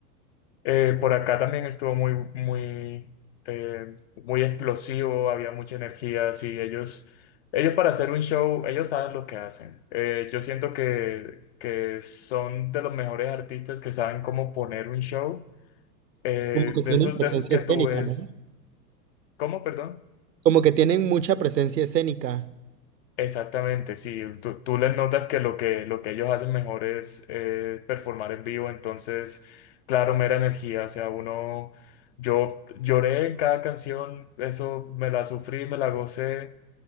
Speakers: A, on the left (about 45°); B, on the right (about 85°).
A: Eh, por acá también estuvo muy, muy, eh, muy explosivo, había mucha energía, así ellos, ellos para hacer un show, ellos saben lo que hacen. Eh, yo siento que, que son de los mejores artistas que saben cómo poner un show. Eh,
B: Como que
A: de
B: tienen
A: esos,
B: presencia
A: de esos que
B: escénica,
A: tú ves,
B: ¿no?
A: ¿cómo, perdón?
B: Como que tienen mucha presencia escénica. <laughs>
A: Exactamente, sí. Tú, tú les notas que lo que, lo que ellos hacen mejor es eh, performar en vivo, entonces, claro, mera energía. O sea, uno, yo lloré en cada canción, eso me la sufrí, me la gocé.